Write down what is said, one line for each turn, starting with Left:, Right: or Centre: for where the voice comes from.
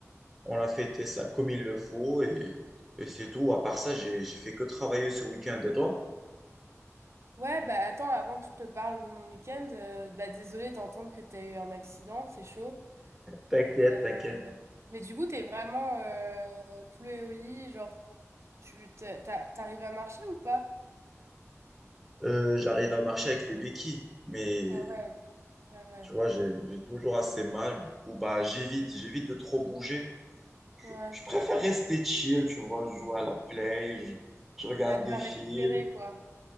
Centre: On a fêté ça comme il le faut et, et c'est tout. À part ça, j'ai, j'ai fait que travailler ce week-end. Et toi?
Right: Ouais, bah attends, avant que je te parle de mon week-end, euh, bah désolée d'entendre que t'as eu un accident, c'est chaud.
Centre: T'inquiète,
Right: Et, euh,
Centre: t'inquiète.
Right: mais du coup, t'es vraiment euh, clouée au lit, genre, tu t'as- t'as- t'arrives à marcher ou pas?
Centre: Euh, j'arrive à marcher avec les béquilles, mais
Right: Ah ouais, ah ouais,
Centre: tu vois, j'ai, j'ai toujours assez mal. Du coup, bah, j'évite, j'évite de trop bouger.
Right: ouais.
Centre: Je préfère rester chill, tu vois. Je joue à la play, je, je regarde
Right: Bah bien
Centre: des films.
Right: récupéré, quoi.